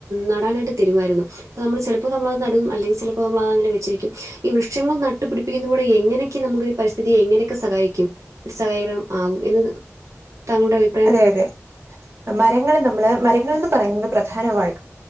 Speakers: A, on the right (about 80°); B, on the right (about 50°).
A: നടാനായിട്ട് തരുമായിരുന്നു നമ്മള് ചെലപ്പോ നമ്മളത് നടും അല്ലെങ്കി ചെലപ്പോ നമ്മളതതങ്ങനെ വെച്ചിരിക്കും ഈ വൃക്ഷങ്ങൾ നട്ടു പിടിപ്പിക്കുന്നതിലൂടെ എങ്ങനൊക്കെ നമുക്ക് ഒരു പരിസ്ഥിതിയെ എങ്ങനെയെക്കെ സഹായിക്കും ഒരു സഹകരണം ആവും എന്ന് താങ്കളുടെ അഭി
B: അതെ അതെ മരങ്ങള് നമ്മള് മരങ്ങൾന്ന് പറയുന്നത് പ്രധാനമായി